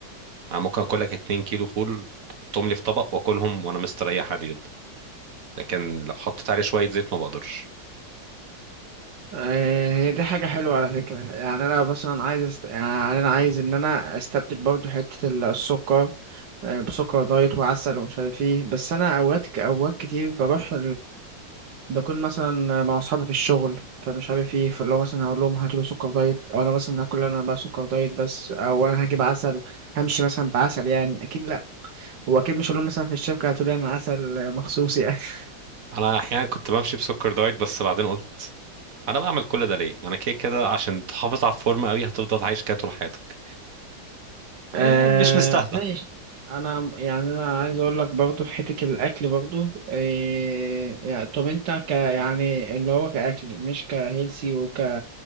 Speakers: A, on the right; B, on the right.
A: انا ممكن اكل لك 2 كيلو فول تحطهم لي في طبق واكلهم وانا مستريح عادي جدا لكن لو حطيت عليه شوية زيت ما بقدرش
B: آه، هي دي حاجة حلوة على فكرة يعني أنا مثلا عايز أست... يعني أنا عايز إن أنا أستبدل برضو حتة ال- السكر آه، بسكر دايت وعسل ومش عارف إيه بس أنا أوقات ك- أوقات كتير بروح ده كل مثلا مع اصحابي في الشغل فمش عارف ايه فاللي هو مثلا هقول لهم هاتوا لي سكر دايت او انا مثلا هاكل انا بقى سكر دايت بس او انا هجيب عسل همشي مثلا بعسل يعني اكيد لا هو اكيد مش هقول لهم مثلا في الشركه هاتوا لي انا عسل مخصوص يعني <laughs>
A: انا احيانا كنت بمشي بسكر دايت بس بعدين قلت انا بعمل كل ده ليه ما انا كده كده عشان تحافظ على الفورمه قوي هتفضل عايش كده طول حياتك
B: آه
A: إيه، مش مستاهله
B: ماشي انا يعني انا عايز اقول لك برضو في حته الاكل برضو إيه يعني طب انت ك يعني اللي هو كاكل مش كهيلسي وك